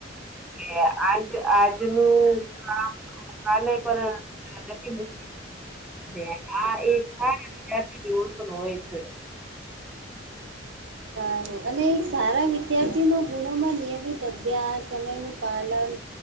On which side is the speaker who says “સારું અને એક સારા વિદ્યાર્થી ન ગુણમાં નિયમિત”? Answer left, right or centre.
Right